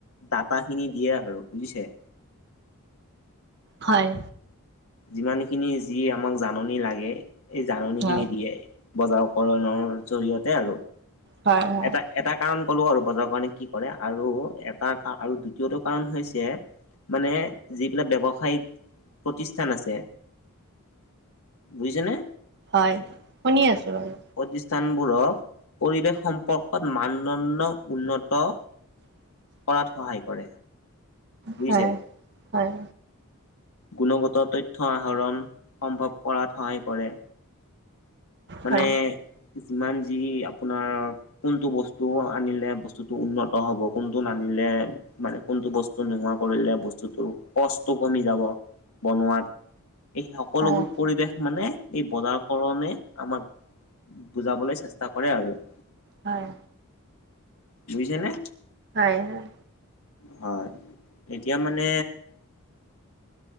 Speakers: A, on the left; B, on the right.
A: ডাটাখিনি দিয়ে আৰু বুজিছে।
B: হয়।
A: যিমান খিনি যি আমাক জাননী লাগে এই জাননীখিনি
B: হয়
A: দিয়ে। বজাৰ কৰণৰ জৰিয়তে আৰু।
B: হয় হয়।
A: এটা এটা কাৰণ ক'লো আৰু বজাৰৰ কাৰণে কি কৰে আৰু এটা আৰু দ্বিতীয়টো কাৰণ হৈছে মানে যিবিলাক ব্যৱসায়িক প্ৰতি- স্থান আছে, বুজিছেনে?
B: হয় শুনি আছো বাৰু।
A: প্ৰতিষ্ঠানবোৰৰ পৰিৱেশ সম্পৰ্কত মানদণ্ড উন্নত
B: <inaudible>
A: কৰাত সহায় কৰে। বুজিছে।
B: হয় হয়।
A: গুণগত তথ্য আহৰণ সম্ভৱ কৰাত সহায় কৰে। মানে
B: হয়
A: যিমান যি আপোনাৰ কোনটো বস্তু আনিলে বস্তুটো উন্নত হ'ব কোনটো নানিলে মানে কোনটো বস্তু নোহোৱা কৰিলে বস্তুটো কষ্ট টো কমি যাব বনোৱাত। এই সকলোবোৰ
B: হয়
A: পৰিৱেশ মানে এই বজাৰ কৰণে আমাক বুজাবলৈ চেষ্টা কৰে আৰু।
B: হয়।
A: বুজিছেনে?
B: হয় হয়।
A: হয় এতিয়া মানে